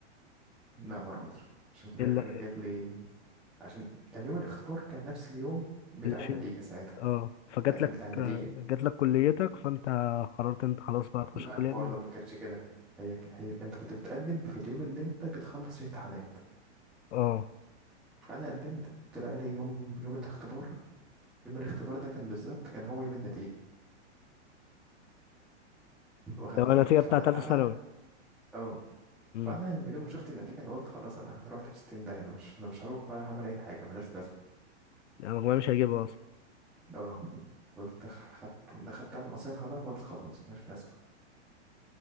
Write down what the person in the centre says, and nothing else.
لا ما روحتش عشان في الاخر
جات لي عشان كان يوم الاختبار كان نفس اليوم بتاع النتيجة
ساعتها
لا كان
بتاع النتيجة
لا
برضه
ما كانتش كده هي هي انت كنت بتقدم في اليوم اللي انت بتخلص فيه امتحانات
فانا قدمت طلع لي يوم يوم الاختبار يوم الاختبار ده كان بالظبط كان هو يوم النتيجة واخد
بالك
فانا
اه
فانا من يوم ما شفت النتيجه انا قلت خلاص انا رحت في 60 ده انا مش انا مش هروح ولا هعمل اي حاجه ملهاش لازمه
اه قلت خدت ده خدتها من قصيرها بقى قلت خلاص ملهاش لازمه